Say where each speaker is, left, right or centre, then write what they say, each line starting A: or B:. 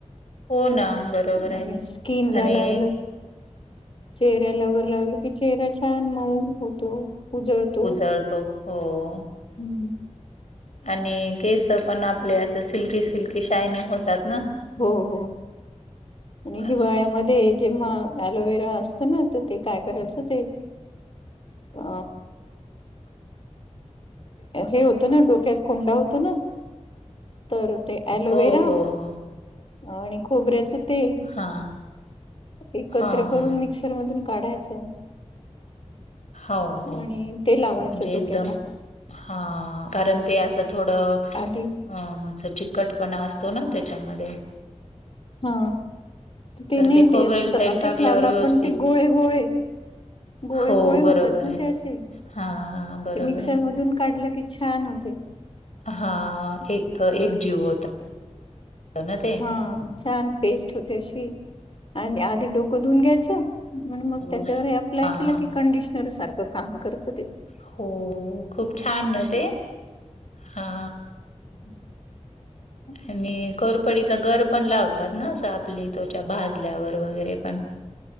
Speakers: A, on the left; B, on the left.
A: हो ना बरोबर
B: आणि
A: आहे
B: स्कीिन ला
A: आणि
B: लावलं चेहऱ्याला वर लावल की चेहरा छान मऊन होतो उजळतो.
A: तो हो
B: हम्म
A: आणि केस पण आपले असं सिल्की, सिल्की शायनिंग होतात ना?
B: हम् हम् आणि हिवाळ्यामध्ये
A: अजून
B: जेव्हा अलोवेरा असत ना तर ते काय करायच हो ते अ हे होतं ना डोक्यात कोंडा होत ना तर ते अलोवेरा
A: हो हो हो
B: आणि खोबऱ्याच तेल
A: हा
B: एकत्र
A: हा
B: करून
A: हा
B: मिक्सर मधून काढायचं.
A: हो हो
B: आणि ते लावायचं
A: म्हणजे
B: डोक्याला.
A: एकदम हा कारण ते असं थोडं
B: आधी
A: अ अस चिकट पण असतो ना त्याच्यामध्ये
B: हा ते
A: तर
B: नट
A: खोबरेल
B: अस असंच
A: तेल टाकल्यावर
B: लावलं
A: व्यवस्थित
B: आपण ते गोळे गोळे गोळे
A: हो
B: गोळे होतात
A: बरोबर
B: ना
A: आहे.
B: ते असे
A: हा बरोबर
B: ते मिक्सर
A: आहे.
B: मधून काढलं की छानान हो्हते
A: हा एक एक जीव होत ना ते.
B: हा छान पेस्ट होते अशी आणि आधी डोकं धुऊून घ्यायचं मण मग
A: हो
B: त्याच्यावर अप्लाय
A: हा
B: केलं
A: हा
B: की कंडिशनर सारखं काम करत ते
A: हो खूप छान ना ते हा
B: <unintelligible>
A: आणि कोरपडीचा गर पण लावत. पितात ना असं आपली त्च्या भाजल्यावर वगैरे पण